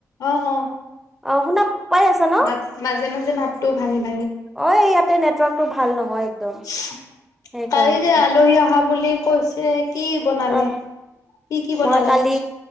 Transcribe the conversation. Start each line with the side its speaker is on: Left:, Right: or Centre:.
Left: অ অ।
Centre: অ শুনা পাই আছা ন।
Left: মাজ মাজে মাজে মাতটো ভাঙি ভা।
Centre: অ ইয়াতে নে। নেটৱৰ্ক টো ভাল নহয়।
Left: সোচচ
Centre: একদম সেইকাৰণে
Left: কালি যে আলহী অহা বুলি। কৈছে। কি বনালে
Centre: অ
Left: কি কি বনালে
Centre: মই কালি
Left: সোচ।